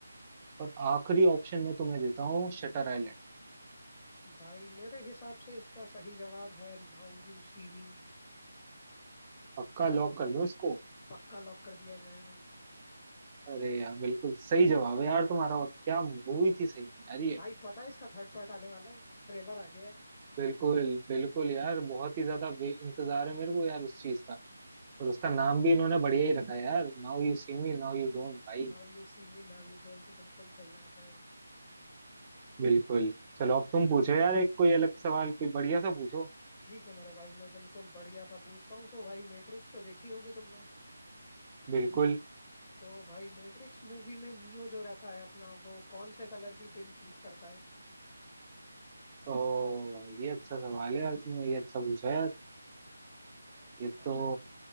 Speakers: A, on the right; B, on the left.
A: और आखिरी ऑप्शन मैं तुम्हें देता हूँ शटर आइलैंड
B: भाई मेरे हिसाब से इसका सही जवाब है नाउ यू सी मी
A: पक्का लॉक कर दो इसको
B: पक्का लॉक कर दिया जाए भाई
A: अरे यार बिल्कुल सही जवाब है यार तुम्हारा और क्या
B: हम्म,
A: मूवी थी सही में यार ये
B: भाई पता है इसका थर्ड पार्ट आने वाला है ट्रेलर आ गया है
A: बिल्कुल बिल्कुल यार बहुत ही ज्यादा वे- इंतजार है मेरे को यार उस चीज का
B: हाँ
A: और उसका नाम भी इन्होंने बढ़िया ही रखा है यार now you see me now you don't भाई
B: Now you see me now you don't बिल्कुल सही बात है भाई
A: बिल्कुल चलो अब तुम पूछो यार एक कोई अलग सवाल कोई बढ़िया सा पूछो
B: ठीक है मेरे भाई मैं बिल्कुल बढ़िया सा पूछता हूँ तो भाई मैट्रिक्स तो देखी होगी तुमने
A: बिल्कुल
B: तो भाई मैट्रिक्स मूवी में नियो जो रहता है अपना वो कौन से कलर की पिल चूज करता है
A: ओ ये अच्छा सवाल है यार तुमने ये अच्छा पूछा यार
B: अरे भाई
A: ये
B: ऑप्शन
A: तो